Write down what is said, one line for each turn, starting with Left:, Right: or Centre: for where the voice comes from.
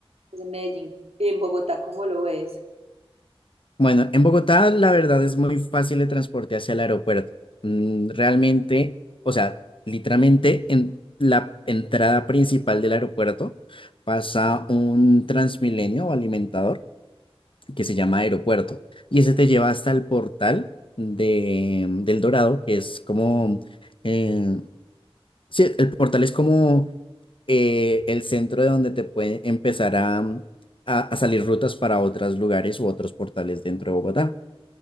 Right: Pues en Medellín, en Bogotá, ¿cómo lo ves?
Left: Bueno, en Bogotá la verdad es muy fácil el transporte hacia el aeropuerto. Mm, realmente, o sea, literalmente en la entrada principal del aeropuerto pasa un Transmilenio o alimentador que se llama Aeropuerto. Y ese te lleva hasta el portal de, mm, del Dorado, que es como, eh, sí, el portal es como eh, el centro de donde te puede empezar a, mm, a, a salir rutas para otros lugares u otros portales dentro de Bogotá.